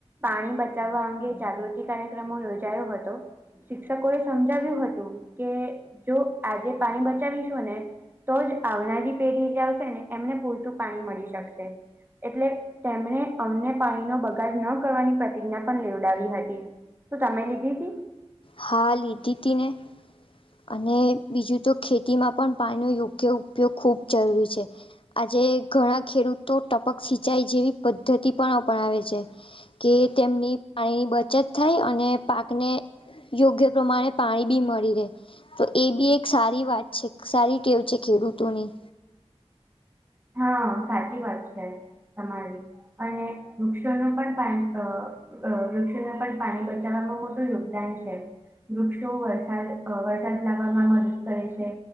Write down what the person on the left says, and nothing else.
હા લીધી તીને અને બીજું તો ખેતીમાં પણ પાણીનો યોગ કે ઉપયોગ ખૂબ જરૂરી છે આજે ઘણા ખેડૂતો ટપક સિચાઈ જેવી પદ્ધતિ પણ અપનાવે છે. કે તેમની પાણીની બચત થાય અને પાકને યોગ્ય પ્રમાણે પાણી બી મળી રહે તો એ બી એક સારી વાત છે સારી ટેવ છે ખેડૂતોની